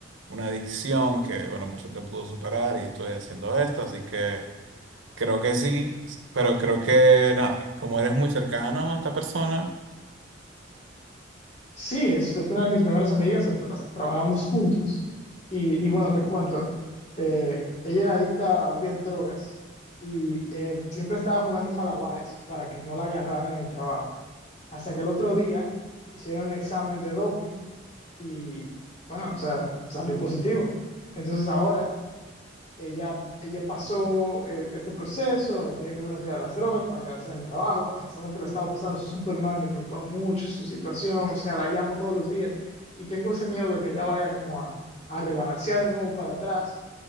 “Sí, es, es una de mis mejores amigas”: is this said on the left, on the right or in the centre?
Left